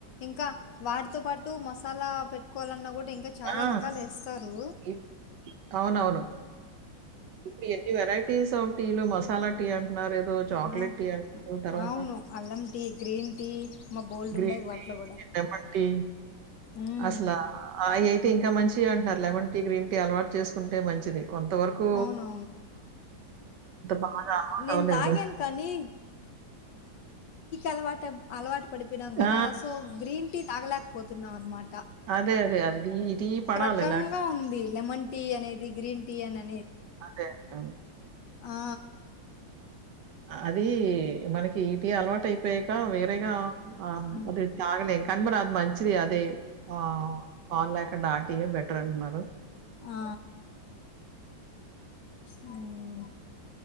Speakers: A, on the left; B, on the right.
A: ఇంకా వాటితో పాటు మసాలా పెట్టుకోవాలన్నా కూడా ఇంకా చాలా
B: ఆ,
A: రకాలు వేస్తారు
B: ఇప్- అవునవును ఇప్పుడు ఎన్ని వెరైటీస్ ఆఫ్ టీలు మసాలా టీ ఏదో చాక్లెట్
A: ఆ!
B: టీ, అంటు తర్వాత
A: అవును. అల్లం టీ, గ్రీన్ టీ అమ్మ బోలెడుండయి
B: గ్రీన్
A: వాటిలో
B: టీ,
A: గూడా.
B: లెమన్ టీ
A: హ్మ్.
B: అసలు ఇంకా మంచి అంటారు లేమన్ టీ గ్రీన్ టీ అలవాటు చేసుకుంటే మంచిది. కొంత వరకు
A: అవును
B: బాగా అలవాటవ్వలేదు.
A: నిను తాగాను కానీ అలవా అలవాటు పడిత పినం కదా
B: ఆ!
A: సో గ్రీన్ టి తగలాక పోతున్నావ మాట
B: అదే అదే అద న టీ పడలే
A: రకంగా
B: లేక
A: ఉంది లెమన్ టీ అనేది గ్రీన్ టీ అనేది
B: అదే అ
A: ఆ
B: అది మనకి ఈటీ అలవాటు అయి బ వేరేగా ఆ
A: ఉమ్,
B: అది ఇ తగలేకా కన్మరాదు మంచిది అదే ఆ పల్లెక నాట్ ఎ బెటర్ అంటున్నారు
A: ఆ ఉమ్